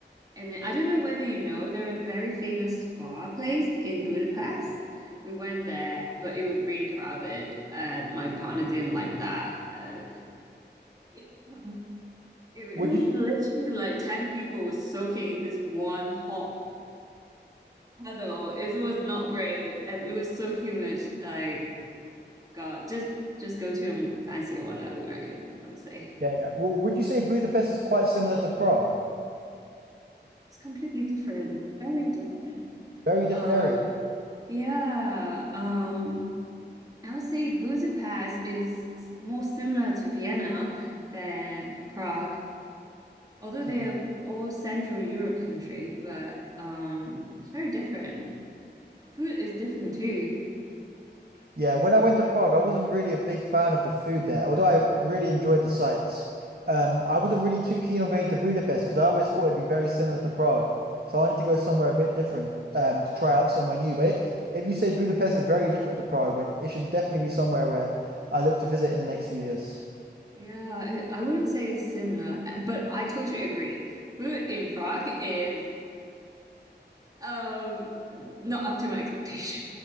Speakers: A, on the right; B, on the right.
A: and then I don't know whether you know, there are a very famous bar place in Budapest. We went there, but it was really crowded, and my partner didn't like that. Uh, <laughs> It, it
B: Would
A: was
B: you
A: literally like 10 people were soaking in this one hot puddle. It was not great and it was so humid. Like, God, just just go to a fancier one, I would recommend, I would say.
B: Yeah, yeah. Well, would you say Budapest is quite similar to Prague?
A: It's completely different, very different.
B: Very different
A: Um,
B: area
A: yeah, um, I would say Budapest is more similar to Vienna than Prague, although
B: to
A: they're
B: the
A: all Central Europe country, but um, it's very different. Food is different too.
B: Yeah, when I went to Prague, I wasn't really a big fan of the food there, although I really enjoyed the sights. Um, I wasn't really too keen on going to Budapest because I always thought it'd be very similar to Prague. So I wanted to go somewhere a bit different um, to try out somewhere new. But it, if you say Budapest is very different to Prague, then it should definitely be somewhere where I look to visit in the next few years.
A: Yeah, I, I wouldn't say it's similar, but I totally agree. Food in Prague is um not up to my <laughs> expectation.